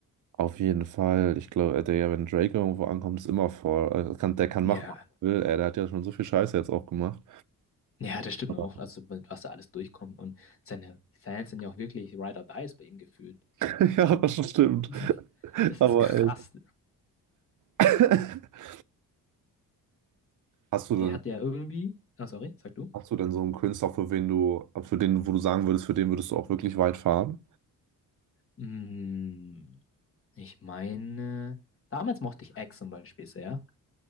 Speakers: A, on the right; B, on the left.
A: auf jeden Fall. Ich glaube, Digga, wenn Drake irgendwo ankommt, ist immer vor. Also, kann, der kann
B: Ja,
A: machen, was er will. Ey, der hat ja schon so viel Scheiße jetzt auch gemacht.
B: ja, das stimmt
A: Aber,
B: auch, also was da alles durchkommt und seine Fans sind ja auch wirklich Ride or Dies bei ihm gefühlt.
A: <laughs> Ja, das stimmt.
B: <laughs> Das
A: Aber
B: ist krass.
A: ey. <laughs> Hast du denn,
B: Der hat ja irgendwie. Ah, sorry, sag du.
A: hast du denn so einen Künstler, für wen du, für den, wo du sagen würdest, für den würdest du auch wirklich weit fahren?
B: Mm, ich meine, damals mochte ich Eggs zum Beispiel sehr,